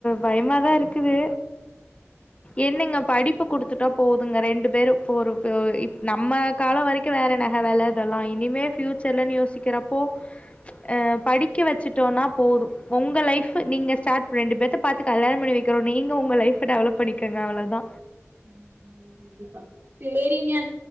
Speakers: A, on the left; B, on the right.
A: பயமாதா இருக்குது என்னங்க படிப்பு குடுத்துட்டா போதுங்க ரெண்டு பேரு போரு போ இப் நம்ம கால வரைக்கு வேற நக வெல இதெல்லா இனிமே பியூச்சர்ல யோசிக்கறப்போ அ படிக்க வெச்சுட் டோனா போது உங்க லைஃப்ஃபு நீங்க ஸ்டார்ட் ரெண்டு பேத்த பாத்து கல்யாண பண்ணி வைக்கிறோ நீங்க உங்க லைஃப் டெவலப் பண்ணிக்கங்க அவ்ளதா
B: ம் ஆமாங்க கண்டிப்பா சேரிங்க